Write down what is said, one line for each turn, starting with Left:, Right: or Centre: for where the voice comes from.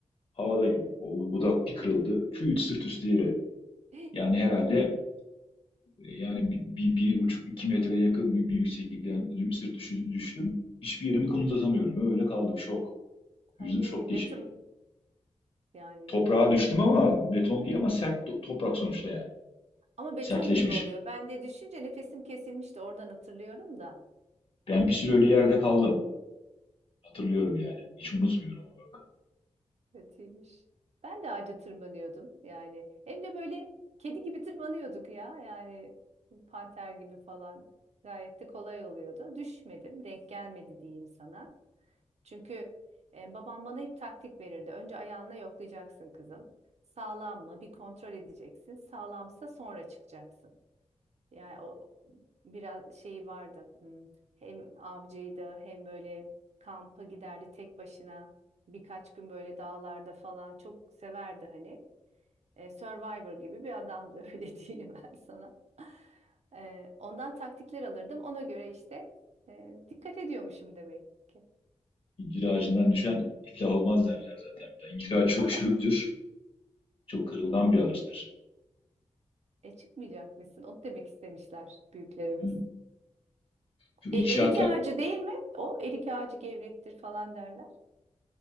Left: Havadayım. O budak bir kırıldı. Küt sırt üstü yere.
Right: <laughs>
Left: Yani herhalde Yani bir, bir, bir buçuk iki metreye yakın bir, bir yükseklikten dü- sırt düşü- düştüm. Hiçbir yerimi kımıldatamıyorum.
Right: Ya,
Left: Öyle kaldım. Şok.
Right: Tabii
Left: Vücudum şok geçiriyor.
Right: beton yani.
Left: Toprağa düştüm ama beton değil ama sert to- toprak sonuçta yani.
Right: Ama beton
Left: Sertleşmiş.
Right: gibi oluyor. Ben de düşünce nefesim kesilmişti. Oradan hatırlıyorum da.
Left: Ben bir süre öyle yerde kaldım. Hatırlıyorum yani. Hiç unutmuyorum onu bak.
Right: Kötüymüş. Ben de ağaca tırmanıyordum yani. Hem de böyle kedi gibi tırmanıyorduk ya yani panter gibi falan. Gayet de kolay oluyordu. Düşmedim, denk gelmedi diyeyim sana. Çünkü e, babam bana hep taktik verirdi. Önce ayağınla yoklayacaksın kızım. Sağlam mı? Bir kontrol edeceksin. Sağlamsa sonra çıkacaksın. Yani o biraz şey vardı. Hmm, Hem avcıydı hem böyle kampa giderdi tek başına. Birkaç gün böyle dağlarda falan çok severdi hani. E, Survivor gibi bir adamdı <laughs> öyle diyeyim ben sana. E, ondan taktikler alırdım. Ona göre işte e, dikkat ediyormuşum demek ki.
Left: İncir ağacından düşen iflah olmaz derler zaten bir de. İncir ağacı çok
Right: <laughs>
Left: çürüktür. Çok kırılgan
Right: Eyvah.
Left: bir ağaçtır.
Right: E çıkmayacak mısın? Onu demek istemişler büyüklerimiz.
Left: Hı. Şu
Right: E,
Left: inşaatla
Right: erik ağacı değil mi? O erik ağacı gevrektir falan derler.